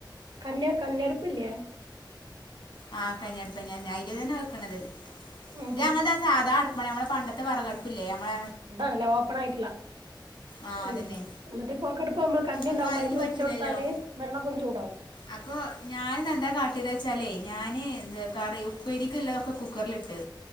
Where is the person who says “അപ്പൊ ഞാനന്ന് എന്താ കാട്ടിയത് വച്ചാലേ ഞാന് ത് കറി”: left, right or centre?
Left